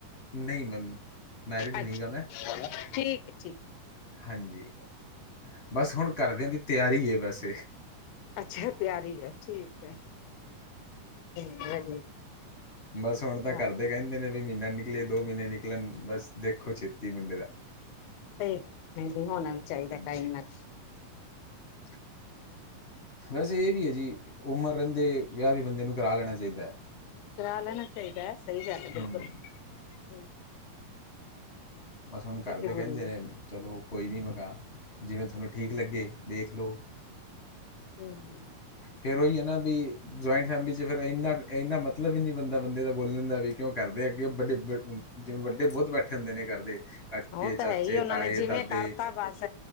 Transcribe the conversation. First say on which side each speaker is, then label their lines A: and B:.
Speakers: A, on the left; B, on the left.
A: ਨਹੀਂ ਮੈਮ, ਮੈਰਿਡ ਨੀਗਾ
B: ਅੱਛਾ
A: ਮੈਂ,
B: ਠੀਕ ਹੈ ਠੀਕ ਹੈ
A: ਹਾਂਜੀ ਬਸ ਹੁਣ ਘਰਦਿਆਂ ਦੀ ਤਿਆਰੀ ਹੈਂ, ਬਸ
B: ਅੱਛਾ ਤਿਆਰੀ ਹੈ, ਠੀਕ ਹੈ ਵਧੀਆ
A: ਬਸ ਹੁਣ ਤਾਂ
B: ਹਾਂ
A: ਕਰਦੇ ਕਹਿੰਦੇ ਨੇ ਵੀ ਮਹੀਨਾ ਨੀ ਅਗਲੇ ਦੋ ਮਹੀਨੇ ਨਿਕਲਣ, ਬਸ ਦੇਖੋ ਛੇਤੀ ਮੁੰਡੇ ਦਾ
B: ਸਹੀ, ਨਹੀਂ-ਨਹੀਂ ਹੋਣਾ ਵੀ ਚਾਹੀਦਾ,
A: ਹਾਂਜੀ
B: ਟਾਈਮ ਨਾਲ।
A: <unintelligible> ਵੈਸੇ ਇਹ ਵੀ ਐ ਜੀ, ਉਮਰ ਰਹਿੰਦੇ ਵਿਆਹ ਵੀ ਬੰਦੇ ਨੂੰ ਕਰਾ ਲੈਣਾ ਚਾਹੀਦਾ।
B: ਕਰਰਾ ਲੈਣਾ ਚਾਹੀਦਾ, ਸਹੀ ਗੱਲ ਹੈ
A: ਹਮ
B: ਬਿਲਕੁਲ। ਹੂੰ
A: ਬਸ ਹੁਣ ਘਰਦੇ
B: ਵੀ ਜ਼ਰੂਰੀ
A: ਕਹਿੰਦੇ ਨੇ
B: ਹੈ
A: ਚਲੋ ਕੋਈ ਨਹੀਂ ਮ ਕਾ, ਜਿਵੇਂ ਥੋਨੂੰ ਠੀਕ ਲੱਗੇ, ਦੇਖਲੋ।
B: ਹੂੰ, ਹੂੰ।
A: ਫਿਰ ਉਹੀ ਹੈ ਨਾ, ਬੀ ਜੁਆਇੰਟ ਫੈਮਲੀ'ਚ ਫਿਰ ਇਨਾ, ਇੰਨਾ ਮਤਲਬ ਵੀ ਨੀ ਬਨਦਾ ਬੰਦੇ ਦਾ ਬੋਲਣ ਦਾ ਵੀ ਕਿਉਂ ਘਰਦੇ ਅੱਗੇ, ਵੱਡੇ ਜਿਵੇਂ ਵੱਡੇ ਬਹੁਤ ਬੈਠੇ ਹੁੰਦੇ ਨੇ, ਘਰਦੇ। ਕਾਕੇ,
B: ਉਹ
A: ਚਾਚੇ,
B: ਤਾਂ ਹੈ ਹੀ ਉਹਨਾਂ
A: ਤਾਏ,
B: ਨੇ ਜਿਵੇਂ
A: ਦਾਦੇ
B: ਕਰਤਾ ਬਸ